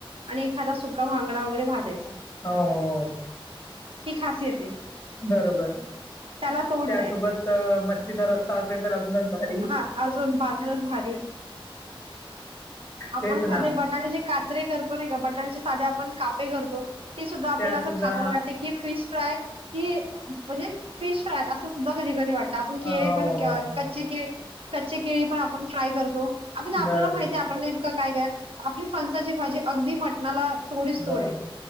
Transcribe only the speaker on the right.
आणि एखादा सुका भांगडा वगैरे भाजायचा.
ही खासियत आहे.
त्याला तोड
नाही
हा अजून बाजरच भारी, आपण
साधे
बटाट्याचे काचरे करतो नाही का, बटाट्याचे साधे आपण कापे करतो. ती सुद्धा आपल्याला
असं
खाताना वाटतयं की, फिश फ्राय कि म्हंजे फिश फ्राय असं सुद्धा कधी कधी वाटत <unintelligible>
पण <unintelligible> कच्चे केळी पण आपण फ्राय करतो. आपण आपल्याला
माहिती आहे आपल्याला नेमकं काय <unintelligible> आपली फणसाची भाजी अगदी मटणाला तोडीस तोड
आहे